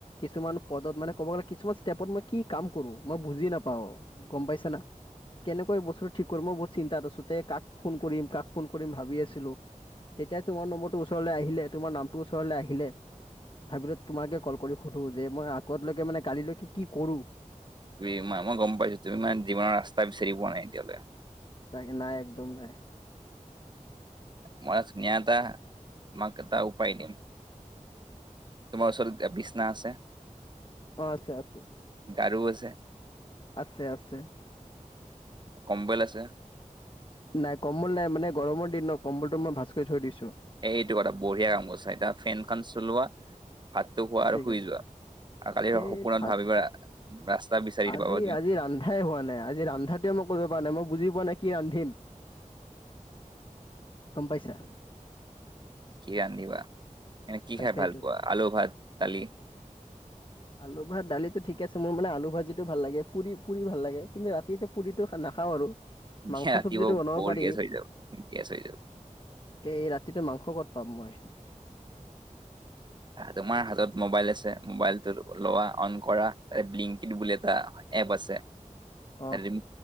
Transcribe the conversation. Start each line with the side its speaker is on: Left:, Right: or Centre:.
Left: কিছুমান পদত মানে ক'ব গ'লে কিছুমান ষ্টেপত মই কি কাম কৰো? মই বুজি নাপাওঁ। গম পাইছা না? কেনেকুৱা এই বস্তুটো ঠিক কৰি, মই বহুত চিন্তাত আছো তে কাক ফোন কৰিম, কাক ফোন কৰিম ভাবি আছিলো তেতিয়া তোমাৰ নম্বৰটো ওচৰলৈ আহিলে, তোমাৰ নামটো ওচৰলৈ আহিলে, ভাবিলো তোমাকে কল কৰি সোধো যে, মই আগতলৈকে মানে কালিলৈকে কি কৰো?
Right: ত মই গম পাইছো, তুমি মানে জীৱনৰ ৰাস্তা বিচাৰো পোৱা নাই এতিয়ালে।
Left: তাক নাই একদম নাই।
Right: মই ধুনীয়া এটা, তোমাক এটা এটা উপায় দিম। তোমাৰ ওচৰত বিচনা আছে?
Left: অ' আছে আছে।
Right: গাৰু আছে?
Left: আছে আছে।
Right: কম্বল আছে?
Left: নাই কম্বল নাই মানে গৰমৰ দিন ন, কম্বলটো মই ভাজ কৰি থৈ দিছো।
Right: এই এইটো কটা, বঢ়িয়া কাম কৰচা, এতিয়া ফেনখন চলোৱা, ভাতটো শোৱা
Left: ঠিক
Right: আৰু শুই
Left: আছে
Right: যোৱা। কালিৰ
Left: এই
Right: সপোনত
Left: ভাত
Right: ভাবিবা, ৰাস্তা বিচাৰি
Left: আজি
Right: দিবা
Left: আজি ৰান্ধাই হোৱা নাই, আজি ৰান্ধাটোৱে মই কৰিব পৰা নাই। মই বুজি পোৱা নাই কি ৰান্ধিম? কম পাইচা?
Right: কি ৰান্ধিবা, এনে কি
Left: তাকেতো
Right: খাই ভাল পোৱা আলু, ভাত, দালি?
Left: আলু ভাত দালিতটো ঠিক আছে। মোৰ মানে আলু ভাজিটো ভাল লাগে, পুৰি পুৰি ভাল লাগে, কিন্তু ৰাতি পুৰিটো নাখাওঁ আৰু। মাংস
Right: সেয়া ৰাতিপুৱা
Left: চব্জিটো বনাব
Right: বৰ
Left: পাৰি
Right: গেছ হৈ যাব, গেছ হৈ যাব।
Left: এই ৰাতিটো মাংস ক'ত পাম মই?
Right: তোমাৰ হাতত মোবাইল আছে, মোবাইলটো লোৱা, অন কৰা, ব্লিংকিড বুলি এট এপ আছে।
Left: অ
Right: এদিন